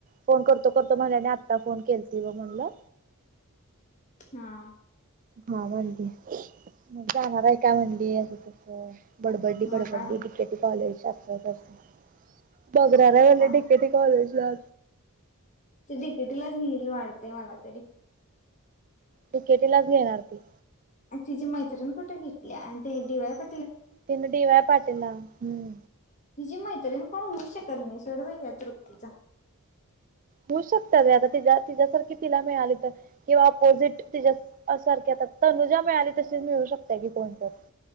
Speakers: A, on the right; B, on the left.
A: फोन करतो करतो म्हणल्याने आता फोन केलती गं म्हणलं
B: हा
A: हा म्हंणली जाणार आहे का? म्हंणली असं तसं बडबडली
B: मग
A: बडबडली
B: काय
A: बीकेटी कॉलेज असं तसं. बगराला म्हणले
B: का
A: केटी कॉलेजला
B: ते तिकेटीलाच मल वाढतेय मला तरी
A: तिकेटीलाच घेणार ती
B: तिचीी मैत्रिणी कुठे घेतली आणि ते दिवा प
A: तन डी वाय पाटला हम्म
B: हिचीी मैत्र्रीण कोण होऊ शकत नाही सडवई या तृप्तीचा
A: होऊ शकत र आता त तिच्यासारखी तिला मिळाली तर किंवा पोजिट तिच्या सारख सत्तानुजा मिळाली तशी मीळऊ शको कोणतेट